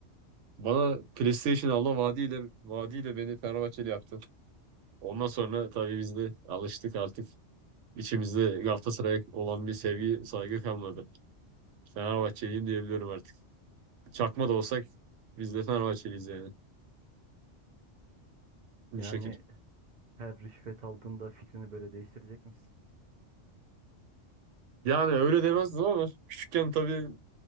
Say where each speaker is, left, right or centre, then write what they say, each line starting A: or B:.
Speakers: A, on the right; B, on the right.
A: Bana PlayStation alma vaadiyle, vaadiyle beni Fenerbahçeli yaptı. Ondan sonra tabii biz de alıştık artık. İçimizde Galatasaray'a olan bir sevgi, saygı kalmadı. Fenerbahçeliyim diyebiliyorum artık. Çakma da olsak biz de Fenerbahçeliyiz yani. Bu
B: Yani
A: şekilde.
B: her rüşvet aldığında fikrini böyle değiştirecek misin?
A: Yani öyle demezdim ama küçükken tabii